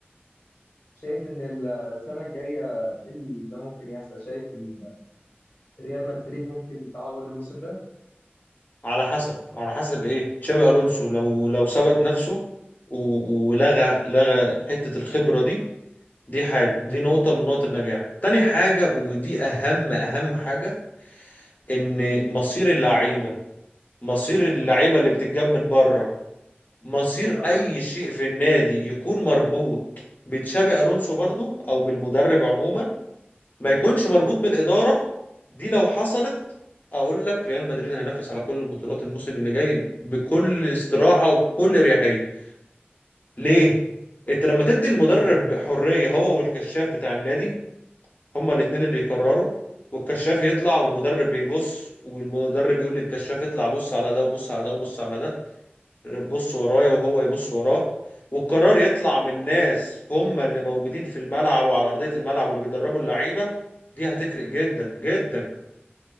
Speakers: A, on the left (about 75°); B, on the left (about 45°).
A: شايف ان السنه الجايه ايه اللي ممكن يحصل شايف ال- ريال مدريد ممكن تعوض الموسم ده
B: على حسب على حسب ايه تشابي الونسو لو لو ثبت نفسه و- ولغى لغى حته الخبره دي دي حاجه دي
A: مم.
B: نقطه من نقط النجاح تاني حاجه ودي اهم اهم حاجه ان
A: مم.
B: مصير اللعيبه مصير اللعيبه اللي بتتجاب من بره مصير
A: اه
B: اي شيء في النادي يكون مربوط بتشابي الونسو برضو او بالمدرب عموما ما يكونش مربوط
A: مم.
B: بالاداره دي لو حصلت اقول لك ريال مدريد هينافس على كل البطولات الموسم اللي جاي بكل استراحه وبكل اريحيه ليه انت لما تدي المدرب
A: مم.
B: حريه هو والكشاف بتاع النادي هما الاتنين اللي يقرروا والكشاف يطلع والمدرب بيبص والمدرب يقول للكشاف اطلع بص على ده وبص على ده وبص على ده بص ورايا وهو يبص وراه والقرار يطلع من ناس هم اللي موجودين في الملعب وعلى أرضية الملعب واللي بيدربوا اللعيبة دي هتفرق جدا جدا